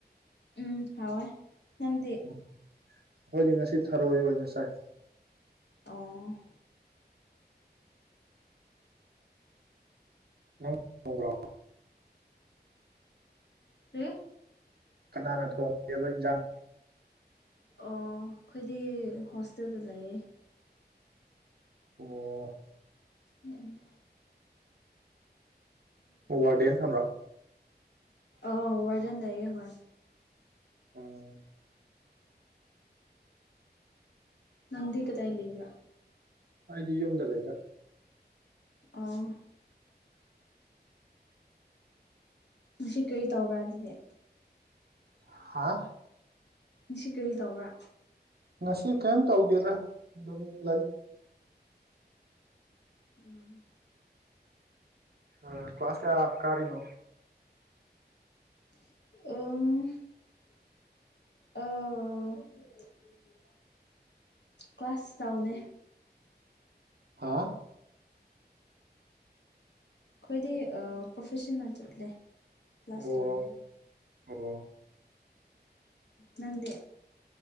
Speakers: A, on the left; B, on the right.
A: ꯎꯝ ꯍꯋꯥ ꯅꯗꯤ
B: ꯎꯝ ꯑꯩꯈꯣꯏꯗꯤ ꯉꯁꯤ ꯊꯔꯣꯏ ꯑꯣꯏꯅ ꯆꯥꯏ
A: ꯑꯣ
B: ꯅꯪꯣꯡꯒ꯭ꯔ
A: ꯀꯦ
B: ꯀꯅꯥꯅ ꯊꯣꯡꯒꯦꯕ ꯏꯟꯖꯥꯡ
A: ꯑꯣ ꯑꯩꯈꯣꯏꯗꯤ ꯍꯣꯁꯇꯦꯜꯗ ꯂꯩꯌꯦ
B: ꯑꯣ
A: ꯎꯝ
B: ꯍ ꯋꯥ ꯗꯦꯦꯟꯟ ꯊꯝꯕ꯭ꯔꯥ
A: ꯑ ꯋꯥꯔꯗꯦꯟ ꯂꯩꯑꯦ ꯍꯣꯏ
B: ꯎꯝ
A: ꯅꯪꯗꯤ ꯀꯗꯥꯏ ꯂꯩꯕ꯭ꯔꯥ
B: ꯑꯩꯗꯤ ꯌꯨꯝꯗ ꯂꯩꯗ
A: ꯑꯣ ꯉ ꯀꯔꯤ ꯇꯧꯕ꯭ꯔꯥ ꯑꯗꯨꯗꯤ
B: ꯑ
A: ꯁꯤ ꯀꯔꯤ ꯇꯧꯕ꯭ꯔꯥ
B: ꯉꯁꯤ ꯀꯔꯤꯝ ꯇꯧꯗꯦꯗ ꯑꯗꯨꯝ ꯂꯩ
A: ꯎꯝ
B: ꯑ ꯀ꯭ꯂꯋꯥꯥꯁ ꯀꯥꯔꯤꯅꯣ
A: ꯑ ꯑ ꯀ꯭ꯂ ꯀ꯭ꯂꯥꯁ ꯇꯥꯎꯗꯦ
B: ꯍꯥ
A: ꯑꯩꯈꯣꯏꯗꯤ ꯄ꯭ꯔꯣꯐꯦꯁꯟꯅ ꯆꯠꯂꯦ ꯀ꯭ꯂꯥꯁ
B: ꯑꯣ
A: ꯂꯣꯏꯔꯦ
B: ꯑꯣ
A: ꯅꯪꯗꯦ